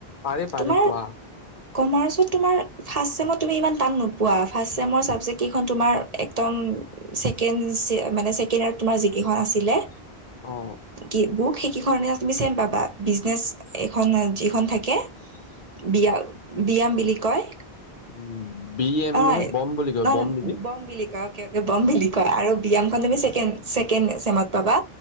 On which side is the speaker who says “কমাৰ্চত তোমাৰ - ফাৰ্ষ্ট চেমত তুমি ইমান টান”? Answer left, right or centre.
Right